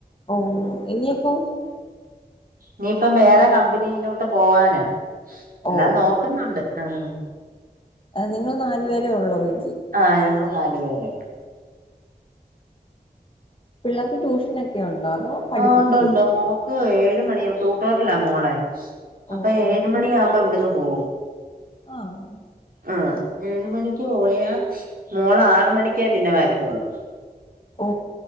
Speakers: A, on the left (about 35°); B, on the right (about 65°).
A: ഓ ഇഞ്പ്പൊം
B: നീപ്പം വേറെ കമ്പനിയിലോട്ട് പോവാന് ലെ
A: ഓ
B: എല്ലാം നോക്കുന്നുണ്ട് ഉം
A: എ നിങ്ങൾ നാലു പേർ ഒള്ളൊളി
B: ആഹ് ഞങ്ങള് നാല് പേരാളെ
A: പിള്ളേർക്ക് ട്യൂഷന ഒക്കെ ഉണ്ടോ അതോ പഠിപ്പിക്കുവോ
B: ആഹ് ഉണ്ട് ഉണ്ട് മോക്ക് ഏഴു മണി ങ്ങൾ തൂട്ടോറല്ലാ മോളെ
A: ഓ
B: അപ്പൊ
A: ഓ
B: ഏഴ് മണി ആവ പ്പ ഇവിടെന്ന് പോകും
A: ആഹ്
B: ആ ഏഴു മണിക്ക് പോയ മോളാറ് മണിക്കേ പിന്നെ വരത്തൊള്ളു
A: ഓ